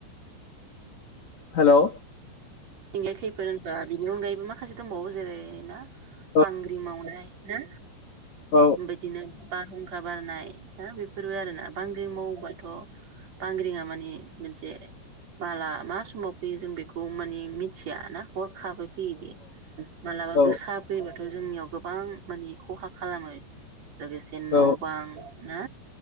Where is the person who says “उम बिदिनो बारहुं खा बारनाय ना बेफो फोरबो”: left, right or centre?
Right